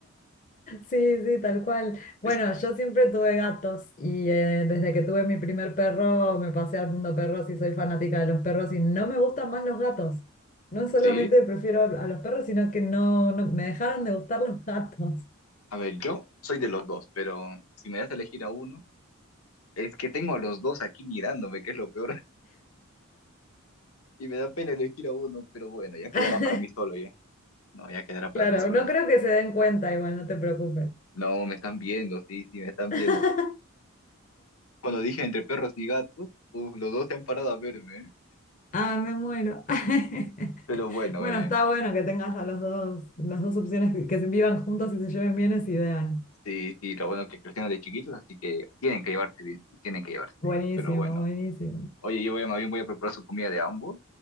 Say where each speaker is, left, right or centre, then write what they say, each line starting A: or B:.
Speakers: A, on the left (about 35°); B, on the left (about 80°).
A: Sí, sí, tal cual. Bueno,
B: Es-
A: yo siempre tuve gatos y eh, desde que tuve mi primer perro me pasé al mundo perros y soy fanática de los perros y no me gustan más los gatos. No solamente
B: sí,
A: prefiero a a los perros, sino que no, no me dejaron de gustar los gatos.
B: a ver, yo soy de los dos, pero si me das a elegir a uno, es que tengo a los dos aquí mirándome, que es lo peor, <laughs> y me da pena elegir a uno, pero bueno, ya quedará
A: <laughs>
B: para mí solo, ya. No, ya quedará para
A: Claro,
B: mí solo.
A: no
B: es
A: creo que se den cuenta, igual, no te preocupes.
B: No, me están viendo, sí, sí, me están
A: <laughs>
B: viendo. Cuando dije entre perros y gatos, uf, los dos se han parado a verme. ¿eh?
A: Ah, me muero. <laughs>
B: Pero bueno,
A: Bueno,
B: eh,
A: está bueno que tengas a los dos, las dos opciones que, que vivan juntos y se lleven bien es ideal.
B: sí, sí, lo bueno que crecieron de chiquitos, así que tienen que llevarse bien, sí, tienen que llevarse
A: Buenísimo,
B: bien. Pero bueno,
A: buenísimo.
B: oye, yo voy a, más bien voy a preparar su comida de ambos,